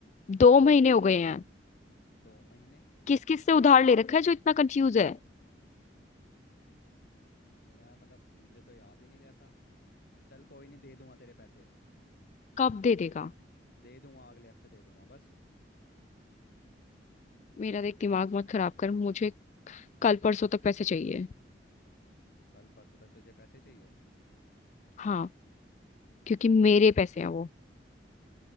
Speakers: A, on the left; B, on the left.
A: दो महीने हो गए हैं
B: दो महीने
A: किस किस
B: तो
A: से उधार ले रखा है जो इतना कंफ्यूज है
B: पता नहीं यार मतलब मुझे तो याद ही नहीं रहता चल कोई नहीं दे दूंगा तेरे पैसे
A: कब
B: अब
A: दे देगा
B: दे दूंगा अगले हफ्ते दे दूंगा बस
A: मेरा देख दिमाग मत खराब कर मुझे कल परसों तक पैसे चाहिए
B: कल परसों तक तुझे पैसे चाहिए
A: हाँ क्योंकि मेरे पैसे हैं वो